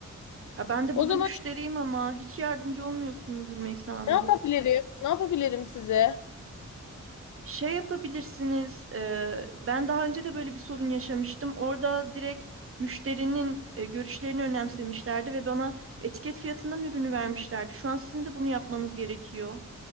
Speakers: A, on the right; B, on the left.
A: Ya ben de
B: O
A: burada
B: zaman
A: müşteriyim
B: şu-
A: ama hiç yardımcı olmuyorsunuz Rümeysa Hanım.
B: ne yapabilirim? Ne yapabilirim size?
A: Şey yapabilirsiniz, e, ben daha önce de böyle bir sorun yaşamıştım. Orada direkt müşterinin e, görüşlerini önemsemişlerdi ve bana etiket fiyatından ürünü vermişlerdi. Şu an sizin de bunu yapmanız gerekiyor.